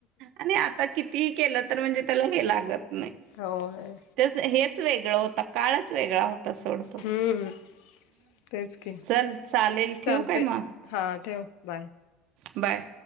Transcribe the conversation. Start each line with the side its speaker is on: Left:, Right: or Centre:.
Right: आणि आता कितीही केलं तर म्हणजे त्याला हे लागत -
Left: होय
Right: तेच हेच वेगळं होता काळच वेगळा होता सोड
Left: हम्म तेच की
Right: चल चालेल
Left: चालतय
Right: ठेवू काय मग
Left: हा ठेव बाय
Right: बाय